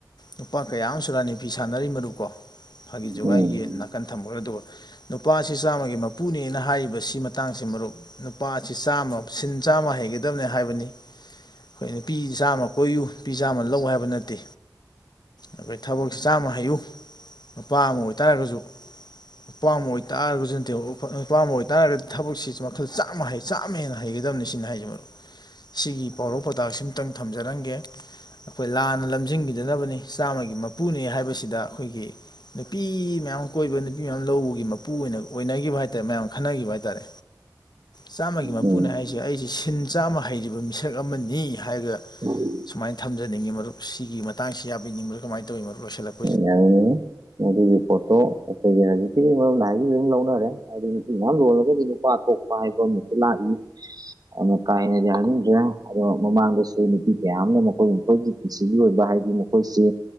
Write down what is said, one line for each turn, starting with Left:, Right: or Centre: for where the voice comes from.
Left: ꯅꯨꯄꯥ ꯀꯌꯥ ꯑꯃꯁꯨ ꯔꯥꯅꯤ ꯐꯤ ꯁꯥꯟꯅꯔꯤ ꯃꯔꯨꯄ ꯀꯣ ꯐꯥꯒꯤ ꯖꯨꯒꯥꯏꯒꯤ
Right: ꯎꯝ
Left: ꯅꯥꯀꯟ ꯊꯝꯈ꯭ꯔꯒ ꯑꯗꫭ ꯅꯨꯄꯥ ꯑꯁꯤ ꯆꯥꯝꯃꯒꯤ ꯃ ꯄꯨꯅꯦꯅ ꯍꯥꯏꯔꯤꯕ ꯁꯤ ꯃꯇꯥꯡꯁꯦ ꯃꯔꯨꯞ ꯅꯨꯄꯥꯁꯤ ꯆꯥꯝꯃ ꯁꯤꯟ ꯆꯥꯝꯃ ꯍꯩꯒꯗꯕꯅꯤ ꯍꯥꯏꯕꯅꯤ ꯈꯣꯏ ꯅꯨꯄꯤ ꯆꯥꯝꯃ ꯀꯣꯏꯌꯨ ꯅꯨꯄꯤ ꯆꯥꯝꯃ ꯂꯧ ꯍꯥꯏꯕ ꯅꯠꯇꯦ ꯑꯈꯣꯏ ꯊꯕꯛ ꯆꯥꯝꯃ ꯍꯩꯌꯨ ꯅꯨꯄꯥ ꯑꯃ ꯑꯣꯏꯇꯥꯔꯒꯁꯨ ꯅꯨꯄꯥ ꯑꯃ ꯑꯣꯏꯇꯥꯔꯒꯁꯨ ꯅꯠꯇꯦ ꯅꯨꯄꯥ ꯑꯃ ꯑꯣꯏꯇꯥꯥꯔꯒꯗꯤ ꯊꯕꯛꯁꯤ ꯃꯈꯜ ꯆꯥꯝꯃ ꯆꯥꯝꯃ ꯍꯦꯟꯅ ꯍꯩꯒꯗꯕꯅꯤ ꯁꯤꯅꯤ ꯍꯥꯏꯖꯦ ꯃꯔꯨꯞ ꯁꯤꯒꯤ ꯄꯥꯎꯔꯧ ꯄꯧꯇꯥꯛ ꯁꯤꯝꯇꯪ ꯊꯝꯖꯔꯝꯒꯦ ꯑꯈꯣꯏ ꯂꯥꯟꯅ ꯂꯝꯖꯤꯡꯒꯤꯗꯅꯕꯅꯤ ꯆꯥꯝꯃꯒꯤ ꯃꯄꯨꯅꯦ ꯍꯥꯏꯕꯁꯤꯗ ꯑꯈꯣꯏꯒꯤ ꯅꯨꯄꯤ ꯃꯌꯥꯝ ꯀꯣꯏꯕ ꯅꯨꯄꯤ ꯃꯌꯥꯝ ꯂꯧꯕꯒꯤ ꯃꯄꯨ ꯑꯣꯏꯅ ꯑꯣꯏꯅꯒꯤꯕ ꯍꯥꯏꯇꯥꯔꯦ ꯃꯌꯥꯝ ꯈꯟꯅꯒꯤꯕ ꯍꯥꯏꯇꯥꯔꯦ ꯆꯥꯝꯃꯒꯤ ꯃꯄꯨꯅ
Right: ꯎꯝ
Left: ꯍꯥꯏꯁꯦ ꯑꯩꯁꯤ ꯁꯤꯟ ꯆꯥꯝꯃ ꯍꯩꯔꯤꯕ ꯃꯤꯁꯛ ꯑꯃꯅꯤ ꯍꯥꯏ <unintelligible>
Right: <inaudible>
Left: ꯁꯨꯝꯃꯥꯏ ꯊꯝꯖꯅꯤꯡꯉꯤ ꯃꯔꯨꯞ ꯁꯤꯒꯤ ꯃꯇꯥꯡꯁꯤ ꯌꯥꯕꯤꯅꯤꯡꯕ꯭ꯔ ꯀꯃꯥꯏ ꯇꯧꯋꯤ ꯃꯔꯨꯞ ꯂꯣꯏꯁꯜꯂꯛ
Right: ꯌꯥꯏ ꯃꯗꯨꯒꯤ ꯄꯣꯠꯇꯣ ꯑꯩꯈꯣꯏꯒꯤ ꯍꯧꯖꯤꯛꯀꯤ ꯃꯔꯨꯞꯅ <unintelligible> ꯂꯧꯅꯔꯦ ꯍꯥꯏꯗꯤ ꯅꯨꯄꯤ ꯃꯌꯥꯝ ꯂꯣꯜꯂꯒꯗꯤ ꯅꯨꯄꯥ <unintelligible> ꯄꯥꯏꯕ ꯑꯃꯁꯨ ꯂꯥꯛꯏ ꯑꯗꯨ ꯀꯥ‌ ꯍꯦꯟꯅ ꯌꯥꯅꯤꯡꯗ꯭ꯔꯦ ꯑꯗꯣ ꯃꯃꯥꯡꯗꯁꯨ ꯅꯨꯄꯤ ꯀꯌꯥ ꯑꯃꯅ ꯃꯈꯣꯏ ꯃꯈꯣꯏꯒꯤ ꯄꯨꯟꯁꯤꯒꯤ ꯑꯣꯏꯕ ꯍꯥꯏꯗꯤ ꯃꯈꯣꯏꯁꯤ